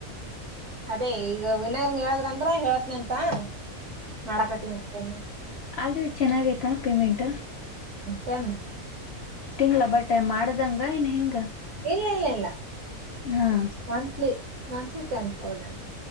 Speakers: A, on the right; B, on the left.
A: ಅದೇ ಈಗ ವಿನಯ್ ಹೇಳದ್ರ ಅಂದ್ರ ಹೇಳತ್ನ ಅಂತ ಾ ನಾಡಕತಿ ಅತಾನ
B: ಅಲ್ ಚೆನ್ನಾಗೈತಾ ಪೇಮೆಂಟ್
A: ತನ್
B: ತಿಂಗ್ಳ ಬಟ್ೆ ಮಾಡ್ದಂಗ ನ್ ಹೆಂಗ
A: ಇಲ್ಲ ಇಲ್ಲ ಇಲ್ಲ
B: ಹಾ
A: monthly monthly ten thousand